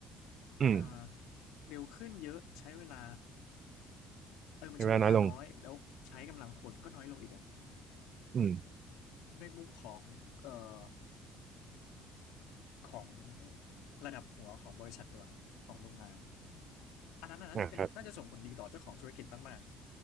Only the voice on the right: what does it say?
อืม
ในเวลาน้อยลงอืม
นะครับ